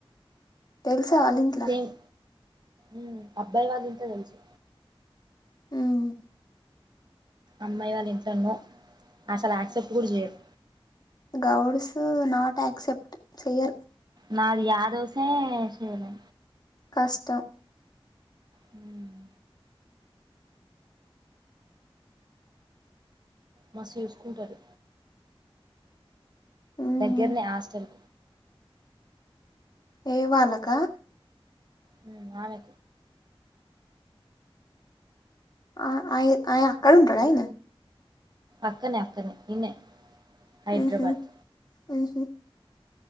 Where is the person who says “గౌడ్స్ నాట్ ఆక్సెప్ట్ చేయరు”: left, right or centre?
Left